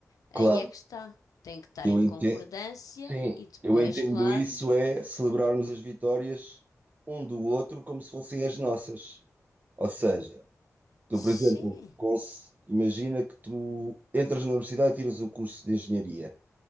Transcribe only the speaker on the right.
claro,
eu
entendo,
sim,
eu entendo
isso é celebrarmos as vitórias um do outro como se fossem as nossas. Ou seja, Tu,
por exemplo, cons- imagina que tu entras na universidade e tiras um curso de engenharia.